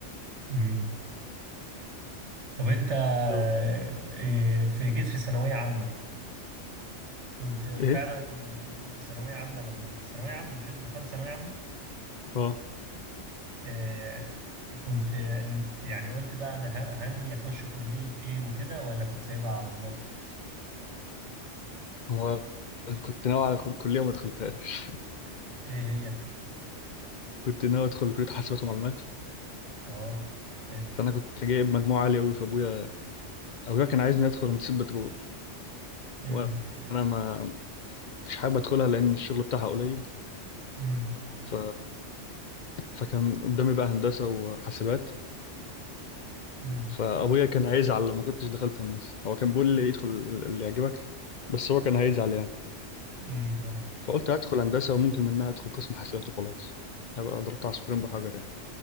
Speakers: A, on the right; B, on the left.
A: امم طب انت آه،
B: طب
A: آه، في جيت في ثانوية عامة كنت فعلا
B: إيه؟
A: في ثانوية عامة لما في ثانوية عامة مش انت دخلت ثانوية عامة
B: اه
A: آه، كنت آه، يعني قلت بقى انا ه- هنوي اخش كلية ايه وكده ولا كنت سايبها على الله
B: هو كنت ناوي على خ- كلية وما دخلتهاش <laughs>
A: ايه هي
B: كنت ناوي أدخل كلية حاسبات ومعلومات
A: اه حلو
B: فأنا كنت جايب مجموعة عالية أوي فأبويا أبويا كان عايزني أدخل هندسة بترول
A: امم
B: وأنا ما مش حابب أدخلها لأن الشغل بتاعها قليل
A: امم
B: ف... فكان قدامي بقى هندسة وحاسبات
A: امم
B: فأبويا كان هيزعل لو ما كنتش دخلت هندسة هو كان بيقول لي ادخل اللي يعجبك بس هو كان هيزعل يعني
A: امم ايوه
B: فقلت هدخل هندسة وممكن منها أدخل قسم حاسبات وخلاص هبقى ضربت عصفورين بحجر يعني